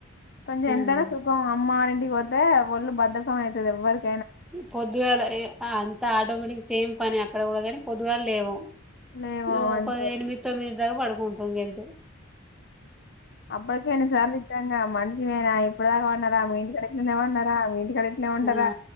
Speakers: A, on the left (about 50°); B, in the centre.
A: కొంచెం ఎంతైనా
B: ఉమ్
A: సుఖం అమ్మ వాళ్ళ ఇంటికి పోతే ఒళ్ళు బధకం అయితది ఎవ్వరికి
B: పొద్దుగాల రే అంతా ఆటోమేటిక్ సేమ్ పని అక్కడ కూడా కని పొద్దుగాల లేవం
A: లేవం
B: నువ్వు ఒక
A: అంతే
B: ఎనిమిది తొమ్మిదిటి దాకా పడుకుంటాం గంతే
A: అప్పకే ఎన్ని సార్లు ఇచ్చాంగా మంచిమేనా ఇప్పుడు దాకా వన్నారా మీ ఇంటికాడ గిట్లనే వన్నారా మీ ఇంటి కాడకిట్ల వన్నారా
B: హా